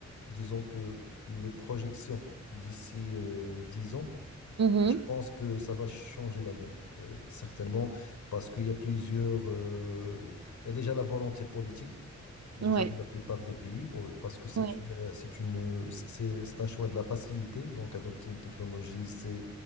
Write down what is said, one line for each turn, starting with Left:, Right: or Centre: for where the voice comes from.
Left: disons que les projections d'ici euh, 10 ans,
Right: Mhm.
Left: je pense que ça va changer la donne, euh, certainement, parce qu'il y a plusieurs. euh, il y a déjà la volonté politique déjà
Right: ouais,
Left: de la plupart des pays, au- parce que c'est
Right: ouais,
Left: une, euh, c'est une, euh, c'est, c'est un choix de la facilité. Donc, adopter une technologie, c'est,